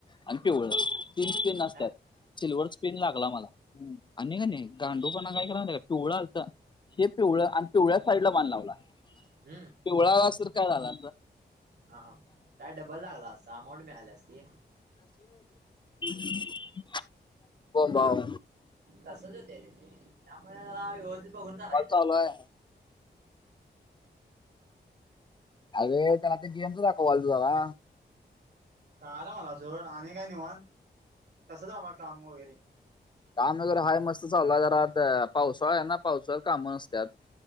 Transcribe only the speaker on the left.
आणि पिवळ तीन तीन असत्यात.
सिल्ववरर पिन लागला मला. आणि का नाही गांडूपणा काय केला नाही का पिवळा आलता हेे पिवळा आणि पिवळ्या साईड ला बान लागला
पिवळा्या सर काय झालं
<unintelligible> बोबबोब.
कॉल चालू आहे अरे त्याला ते गेमच दाखवलंतो जरा
काम वगैरे हा मस्त चालला तर आता पावसाळळा आहे ना पावसाळ कामं नसत्यात.